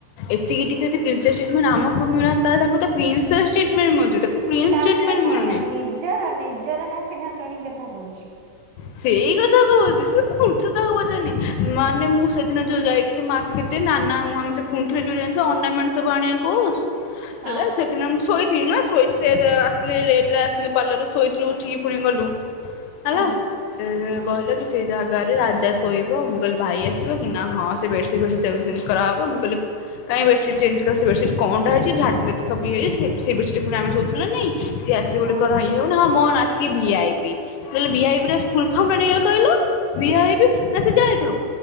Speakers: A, on the left (about 85°); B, on the right (about 75°).
A: ଏତିକି ଟିକେ ଯଦି ପ୍ରିନ୍ସେସ୍ ଟ୍ରିଟ୍ମେଣ୍ଟ ଆମକୁ ମିଳନ୍ତା ତାକୁ ତ ପ୍ରିନ୍ସେସ୍ ଟ୍ରୀଟମେଣ୍ଟ ମିଳୁଛି ତାକୁ ପ୍ରିନ୍ସ
B: ତାତେ
A: ଟ୍ରିଟମେଣ୍ଟ
B: କଣ
A: ମିଳୁନି
B: ନିଜର ନିଜର ନା ଥିନା ନାତୁଣୀ କଥା କହୁଛି।
A: ସେଇ କଥା କହୁଛି ସେ ତ ପୁଣ୍ଠିରେ କାହାକୁ ପଚାରୁନି ମାନେ ମୁଁ ସେ ଦିନ ଯଉଁ ଯାଇଥିଲି ମାର୍କେଟରେ ନାନା ମୁଁ ଆମେ ସେ ପୁଣି ଥରେ ଯୋଉ ଯାଇନଥିଲୁ ଅର୍ଣ୍ଣାମେଣ୍ଟ ସବୁ ଆଣିବାକୁ କହୁ
B: ହଁ
A: ହେଲା ସେଦିନ ମୁଁ ଶୋଇଥିଲି ନା ଶୋଇ ଆସିଲି ଲେଟ ରେ ଆସିଲି ପାର୍ଲରରେ ଶୋଇଥିଲୁ ଉଠିକି ପୁଣି ଗଲୁ ହେଲା
B: ହଁ
A: ସେ
B: ହୁଁ
A: କହିଲା କି ସେଇ ଯାହା ଘରେ ରାଜା ଶୋଇବ ମୁଁ କିହିଲୀ ଭାଇ ଆସିବ କି ନା ହଁ ସେ ବେଡସିଟ୍‌ ଫେଡ଼ସିଟ କରାବ ମୁଁ କିଲି କାଇହିଁ ବେଡସିଟ୍ ଚେଞ୍ଜ ସେ ବେସିଟ୍ କଣଟା ହେଇଛି ଝା ସବୁଇାଇ ସେ ବେଡସିଟ୍ ପୁଣି ଆେ ଶଉଥିଲୁ ନା ନାଇଁ ସି ଆସିବ ବୋଲି
B: ହଁ
A: କଣ ଇଏ ହବ ନା କଣ ଅତି ଭି-ଆଇ-ପି କହିଲେ ଭି-ଆ-ପି ର ଫୁଲ ଫର୍ମ ଟା ଟିକେ କହିଲୁ ଭି-ଆଇ-ପି ନା ସେ ଯାହା ହେଇ ଥାଉ